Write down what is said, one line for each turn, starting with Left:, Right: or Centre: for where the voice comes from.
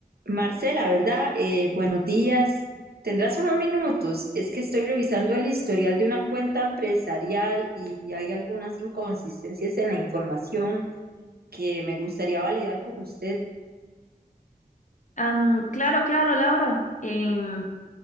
Right: Marcela, ¿verdad? Eh, buenos días. ¿Tendrás unos minutos? Es que estoy revisando el historial de una cuenta empresarial y hay algunas inconsistencias en la información que me gustaría validar con usted.
Left: Am, claro, claro, Laura. Em,